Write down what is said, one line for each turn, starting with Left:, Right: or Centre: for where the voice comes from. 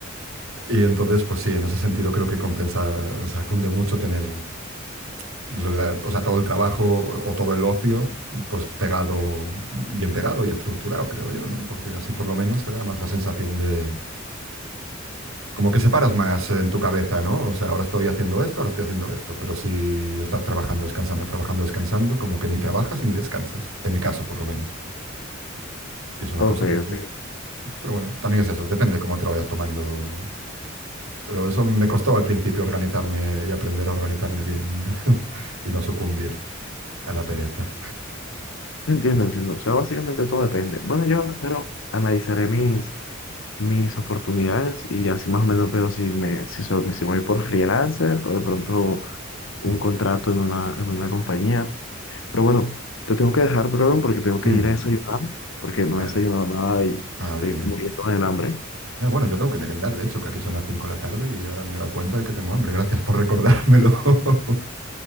Right: Y entonces, pues sí, en ese sentido creo que compensa, o sea, cunde mucho tener, lo- la- o sea, todo el trabajo o todo el ocio, pues pegado, bien pegado y estructurado, creo yo, ¿no? Porque así por lo menos te da más la sensación de, como que separas más en tu cabeza, ¿no? O sea, ahora estoy haciendo esto, ahora estoy haciendo esto, pero si estás trabajando, descansando, trabajando, descansando, como que ni trabajas y ni descansas, en mi caso por lo menos. Y es una
Left: Ok,
Right: cosa que, uf,
Left: ok.
Right: pero bueno, también es eso, depende cómo te lo vayas tomando Pero eso me costó al principio organizarme y aprender a organizarme bien <laughs> y no sucumbir a la pereza.
Left: Entiendo, entiendo. O sea, básicamente todo depende. Bueno, yo espero, analizaré mis, mis oportunidades y así más o menos veo si me, si, so- si voy por freelancer o de pronto un
Right: Mm,
Left: contrato en una, en una compañía. Pero bueno, te tengo que dejar, bro, porque tengo que
Right: mm,
Left: ir a desayunar, porque no
Right: Vale.
Left: he desayunado nada y
Right: Ah,
Left: estoy
Right: bien, bien.
Left: muriendo del hambre.
Right: Ya, bueno, yo tengo que merendar, de hecho, que aquí son las 5 de la tarde y ya me he dado cuenta de que tengo hambre. Gracias por recordármelo. <laughs>